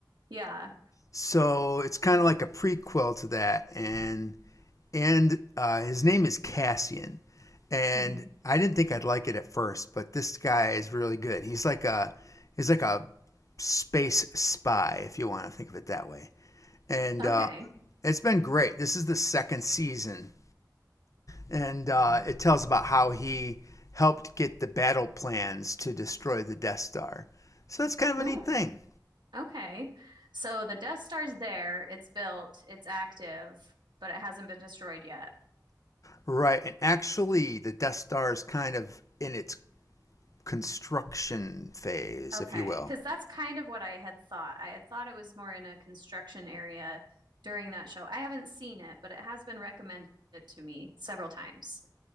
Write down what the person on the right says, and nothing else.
yeah.
hmm
Okay.
Mm,
okay. So the Death Star's there, it's built, it's active, but it hasn't been destroyed yet.
Okay,
because that's kind of what I had thought. I had thought it was more in a construction area during that show. I haven't seen it, but it has been recommended to me several times.